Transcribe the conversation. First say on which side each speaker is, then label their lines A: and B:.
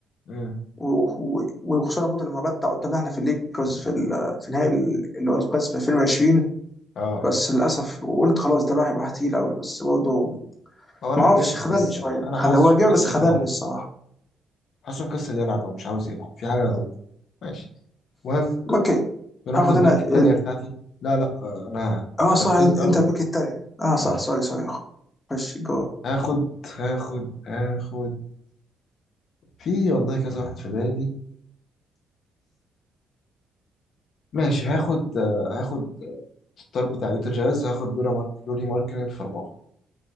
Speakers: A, on the left (about 65°); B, on the left (about 25°).
A: امم
B: و- و- وخصوصا برضه لما بدع قدامنا احنا في الليكرز في ال- في نهائي ال- اللي هو القاس في 2020
A: اه
B: بس للاسف وقلت خلاص ده بقى هيبقى تقيل قوي بس برضه
A: هو لعيب
B: ما اعرفش
A: جامد
B: خذلني
A: بس
B: شويه
A: انا
B: خذ
A: حاسه
B: هو جاب
A: مكسل
B: بس خذلني
A: يلعب
B: الصراحه
A: حاسه مكسل يلعب او مش عاوز يلعب في حاجه غلط ماشي المهم
B: اوكي
A: نروح
B: هاخد
A: للبيك
B: انا ال...
A: التانية بتاعتي لا لا آه، انا
B: اه
A: انت
B: صح
A: اخترت الاول
B: انت البيك الثانيه اه صح
A: اه
B: سوري سوري خش جو
A: هاخد هاخد هاخد في والله كذا واحد في بالي ماشي هاخد آه، هاخد ستار بتاع يوتا جاز هاخد لورا مارك لوري ماركنن في أربعة